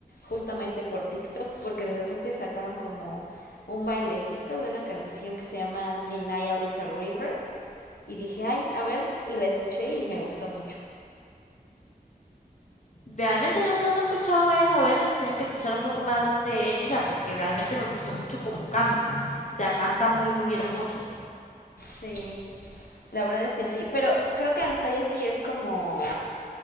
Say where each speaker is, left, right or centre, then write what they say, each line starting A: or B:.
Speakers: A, on the left; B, on the left.
A: justamente por TikTok, porque de repente sacaron como un bailecito de una canción que se llama Denial is a River. Y dije, ay, a ver, y la escuché y me gustó mucho.
B: Realmente yo solo he escuchado esa, voy a tener que escuchar un poco más de ella porque realmente me gustó mucho cómo canta. O sea, canta muy, muy hermoso.
A: Sí, la verdad es que sí. Pero creo que Anxiety es como